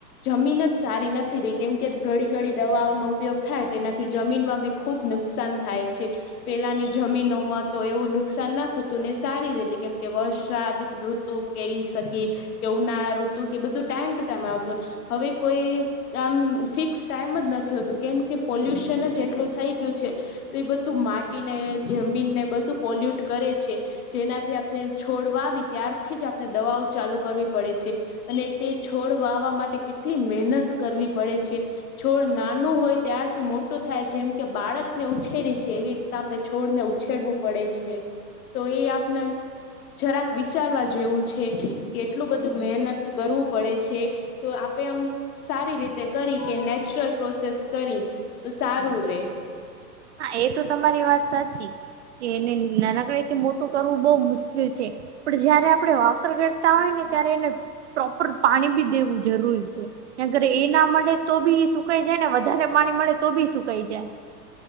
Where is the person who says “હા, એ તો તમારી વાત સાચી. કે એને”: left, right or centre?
Right